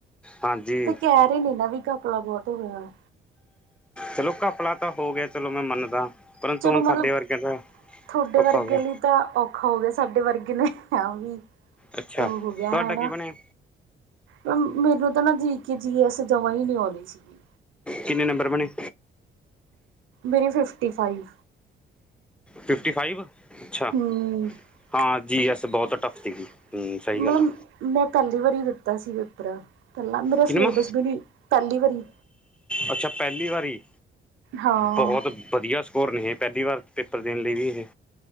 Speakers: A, in the centre; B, on the right.
A: ਹਾਂਜੀ
B: ਤੇ ਕਹਿ ਰਹੇ ਨੇ ਨਾ ਵੀ ਗਪਲਾ ਬਹੁਤ ਹੋਇਆ,
A: ਚਲੋ ਘਪਲਾ ਤਾਂ ਹੋ ਗਿਆ ਚਲੋ ਮੈਂ ਮੰਨਦਾ- ਪਰੰਤੂ
B: ਚਲੋ
A: ਹੁਣ
B: ਮਤਲਬ
A: ਸਾਡੇ ਵਰਗਿਆਂ ਦਾ
B: ਤੁਹਾਡੇ
A: ਔਖਾ
B: ਵਰਗੇ
A: ਹੋ ਗਿਆ।
B: ਲਈ ਤਾਂ ਔਖਾ ਹੋ ਗਿਆ ਸਾਡੇ ਵਰਗੇ ਨੇ ਵੀ
A: ਅੱਛਾ
B: ਉਹ ਹੋ ਗਿਆ
A: ਤੁਹਾਡਾ
B: ਹੈ।
A: ਕੀ ਬਣਿਆ
B: ਮੈਨੂੰ ਤਾਂ ਨਾ ਜੀ ਕੇ ਜੀ ਐੱਸ ਜਮ੍ਹਾਂ ਹੀ ਨਹੀਂ ਆਉਂਦੀ ਸੀਗੀ।
A: ਕਿੰਨੇ ਨੰਬਰ ਬਣੇ।
B: ਮੇਰੀ ਫਿਫਟੀ ਫਾਈਵ।
A: ਫਿਫਟੀ ਫਾਈਵ ਅੱਛਾ
B: ਹਮ <unintelligible>
A: ਹਾਂ ਜੀ ਐਸ ਬਹੁਤ ਟਫ ਸੀਗੀ ਹੂੰ ਸਹੀ
B: ਮਤਲਬ,
A: ਗੱਲ ਆ
B: ਮੈਂ ਪਹਿਲੀ ਵਾਰੀ ਦਿੱਤਾ ਸੀ ਪੇਪਰ ਪਹਿਲਾ੍ਹ ਮੇਰਾ
A: ਕਿਨਵਾਂ
B: ਸਿਲੇਬਸ ਵੀ, ਨ ਪਹਿਲੀ ਵਾਰੀ।
A: ਅੱਛਾ, ਪਹਿਲੀ ਵਾਰੀ
B: ਹਾਂ
A: ਬਹੁਤ ਵਧੀਆ ਸਕੋਰ ਨੇਹ ਇਹ, ਪਹਿਲੀ ਵਾਰ ਪੇਪਰ ਦੇਣ ਲਈ ਵੀ ਇਹ